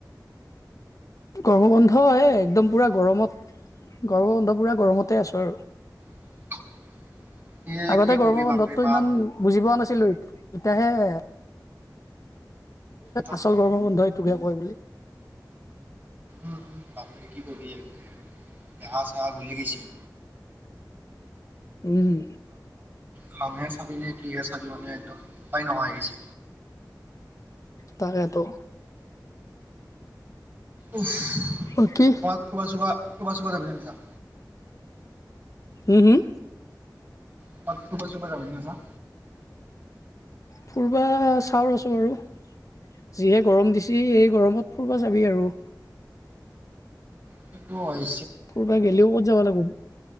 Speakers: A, on the left; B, on the right.
A: গৰম বন্ধ এয়া একদম পুৰা গৰমত গৰমৰ বন্ধ পুৰা গৰমতে আছোঁ আৰু।
B: <unintelligible> এ
A: আগতে
B: কি
A: গৰমৰ
B: কবি
A: বন্ধতটো
B: বাপৰে বাপ।
A: ইমান বুজি পোৱা নাছিলোঁ এতিয়াহে
B: তাক-
A: আচল গৰমৰ বন্ধ এইটোকে কয় বুলি
B: উম, বাপৰে কি কবি একে দেহা চহা গলি গৈছে।
A: উম।
B: খামহে চাবি নে, কিহে চাবি মানে একদম উপ, উপায় নোহোৱা হৈছে।
A: তাকেতো।
B: উফ
A: বাকী
B: ফুৰবা, চুৰবা, ফুৰবা, চুৰবা যাবি না, নাজা।
A: হম, হম।
B: ক'ৰবাত ফুৰবা, চুৰবা জাবি না, নাজা।
A: ফুৰিবা চাও ৰোচন বাৰু যিহে গৰম দিছে, এই গৰমত ফুৰিবা যাবি আৰু।
B: সেইটো হয়।
A: ফৰব গ'লেও ক'ত যাব লাগিব।